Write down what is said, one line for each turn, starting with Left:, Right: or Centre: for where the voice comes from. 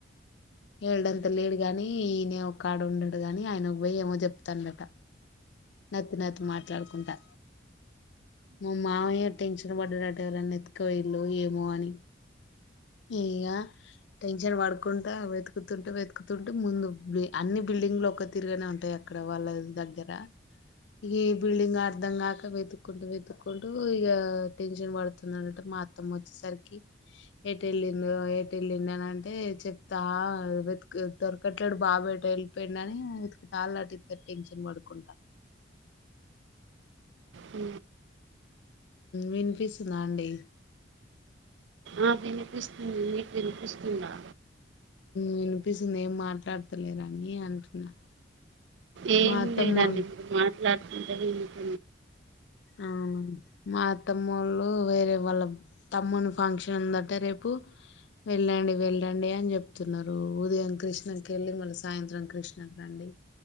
Left: వేలిడంతా లేడు గాని ఈయనే ఒక్కడ ఉన్నాడు గాని ఆయనకి పోయి ఏమో చెప్తాండంటా నత్తి నత్తి మాట్లాడుకుంటా మా మామయ్య టెన్షన్ పడ్డాడంటా ఎవళ్ళు ఎత్తుకొని పొయిళ్ళో ఏమో అని ఇంగా టెన్షన్ పడుకుంటా వెతుకుతుంటే వెతుకుతుంటే ముందు అన్ని బిల్డింగ్లు ఒక్క తిరుగానే ఉంటాయ ఎక్కడ వాళ్ళ దగ్గర ఇ బిల్డింగ్ అర్ధం కాక వెతుక్కుంటూ వెతుక్కుంటూ ఇక టెన్షన్ పడుతుందనంట మాత్తం వచ్చేసరికి ఏటి వెళ్ళిం ఏటి వెళ్లిిండు అని అంటే చెప్తా వె దొరకట్లేడు బాగాబెట్ట వెళ్ిపోయిని తళ్ళటిద్ద టెన్షన్ పడుకుంటా
Right: అ
Left: విన్పిీస్న్నాడి
Right: ఆ వినిపిస్తుంది నీకు వినిపిస్తుందా
Left: వినిపిస్తుంది ఏం మాట్లాడతలేరుని అంటున్నా
Right: ఏం
Left: మా అత్తమ్మోళ్ళు
Right: లేదండి మీరు మాట్లాడుతుంటది ఏంట
Left: ఆ మా అ తమ్ము వాళ్ళు వేరే వాళ్ళ తమ్ముని ఫంక్షన్ ఉందంటే రేపు వెళ్ళండి వెళ్ళండి అని చెప్తున్నారు ఉదయం కృష్ణకి వెళ్ళి మళ్ళీ సాయంత్రం కృష్ణకి రండి